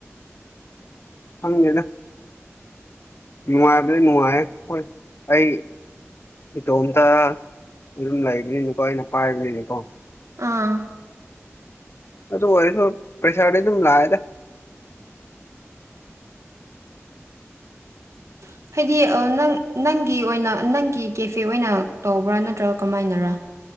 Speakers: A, on the left (about 55°); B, on the right (about 80°).
A: ꯈꯪꯗ‌ꯦꯗ ꯅꯨꯡꯉꯥꯏꯕꯗꯤ ꯅꯨꯡꯉꯥꯏ ꯑꯩ ꯏꯇꯣꯝꯇ ꯑꯗꯨꯝ ꯂꯩꯕꯅꯤꯅꯀꯣ ꯑꯩꯅ ꯄꯥꯏꯔꯒ ꯂꯩꯕꯀꯣ
B: ꯑꯥ
A: ꯑꯗꯨ ꯑꯣꯏꯔꯁꯨ ꯄꯩꯁꯥꯗꯤ ꯑꯗꯨꯝ ꯂꯥꯛꯑꯦꯗ
B: <unintelligible> ꯍꯥꯏꯗꯤ ꯅꯪ ꯅꯪꯒꯤ ꯑꯣꯏꯅ ꯅꯪꯒꯤ ꯀꯦꯐꯦ ꯑꯣꯏꯅ ꯇꯧꯕ꯭ꯔꯥ ꯅꯠꯇ꯭ꯔꯒ ꯀꯃꯥꯏꯅꯔꯥ <unintelligible>